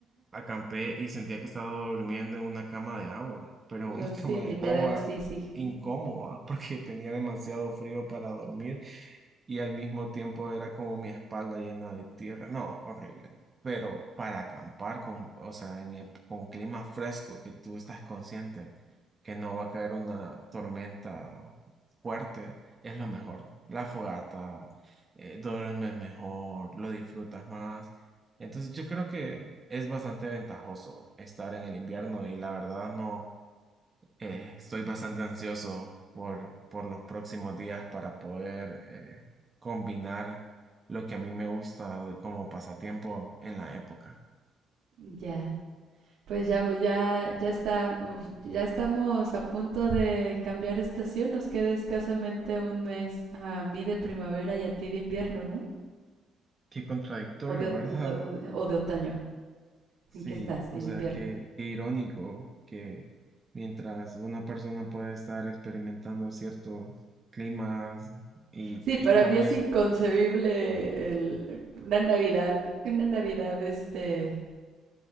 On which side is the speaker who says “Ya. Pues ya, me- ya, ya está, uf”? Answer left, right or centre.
Right